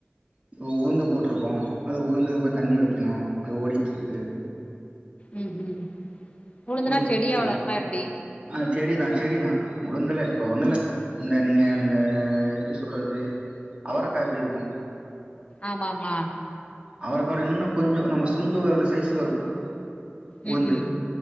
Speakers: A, on the right; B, on the left.
A: இப்போ உளுந்து போட்ருக்கோ அது உளுந்துக்கு இப்ப தண்ணி வக்கணு அது ஓடிட்ருக்கு
B: ம் ம் ம் உழுந்துனா
A: உளுந்து
B: செடியா
A: திர்ச்சிருகு
B: வளருமா எப்டி?
A: ஆ செடிதா செடிதா உளுந்துல இப்ப ஒண்ணுல்ல இந்த நீங்க இந்த எப்டி சொல்றது அவரக்கா எப்டிருக்கு
B: ஆமாமா
A: அவரக்காவிட இன்னு கொஞ்சோ நம்ம சுண்டு விரலு சைஸ்லருக்கு உளுந்து
B: ம், ம்,